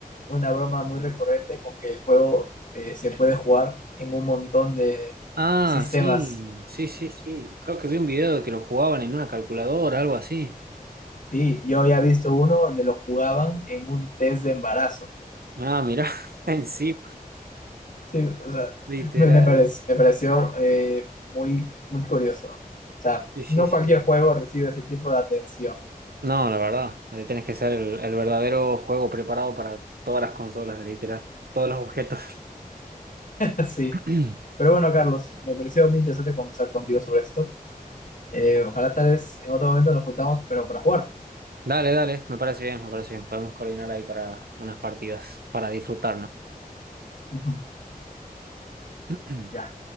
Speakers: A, on the left; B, on the right.
A: una broma muy recurrente con que el juego eh, se puede jugar en un montón de
B: Ah,
A: sistemas.
B: sí, sí, sí, sí. Creo que vi un video de que lo jugaban en una calculadora, algo así.
A: Sí, yo había visto uno donde lo jugaban en un test de embarazo.
B: Ah, mirá, <laughs> encima,
A: Sí, o sea,
B: literal.
A: me, me, parec- me pareció eh, muy, muy curioso. O sea,
B: Sí, sí,
A: no
B: sí.
A: cualquier juego recibe ese tipo de atención.
B: No, la verdad, ahí tienes que ser el, el verdadero juego preparado para todas las consolas, literal, todos los objetos.
A: <laughs> Sí.
B: <clears throat>
A: Pero bueno, Carlos, me pareció muy interesante conversar contigo sobre esto. Eh, ojalá tal vez en otro momento nos juntamos, pero para jugar.
B: Dale, dale, me parece bien, me parece bien. Podemos coordinar ahí para unas partidas, para disfrutar, ¿no?
A: <laughs>
B: <clears throat>
A: Ya.